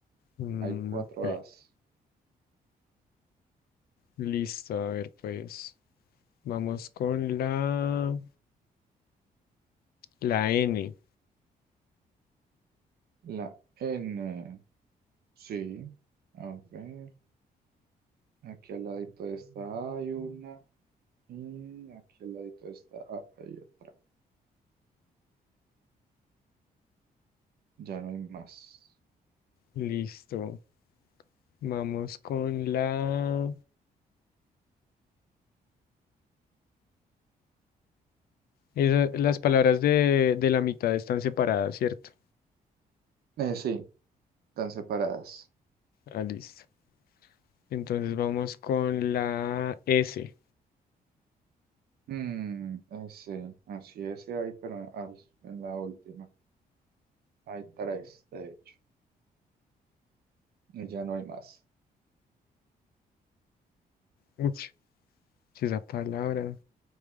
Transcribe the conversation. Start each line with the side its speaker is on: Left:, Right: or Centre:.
Left: mm,
Right: Hay cuatro
Left: ok,
Right: As.
Left: listo. A ver, pues, vamos con la, la N.
Right: La N. Sí. A ver. Aquí al ladito de esta hay una. Y aquí al ladito de esta A hay otra. Ya no hay más.
Left: Listo. Vamos con la... esa- las palabras de, de la mitad están separadas, ¿cierto?
Right: Eh, sí, están separadas.
Left: Ah, listo. Entonces vamos con la S.
Right: Mm, ese, así ese hay, pero al- en la última. Hay tres, de hecho. Y ya no hay más.
Left: Uch, si esa palabra.